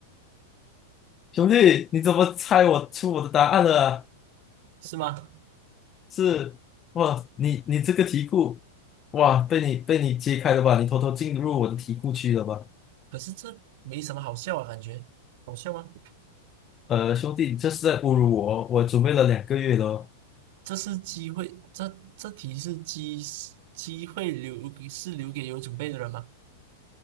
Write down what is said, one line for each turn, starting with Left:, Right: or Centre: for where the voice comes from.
Left: 兄弟，你怎么猜我出我的答案了啊
Right: 是吗？
Left: 是哇，你你这个题库，哇，被你被你揭开了吧？你偷偷进入我的题库区了吧？
Right: 可是这没什么好笑啊，感觉好笑吗？
Left: 呃，兄弟，你这是在侮辱我哦！我准备了两个月了哦
Right: 这是机会，这这题是机机会留给是留给有准备的人吗？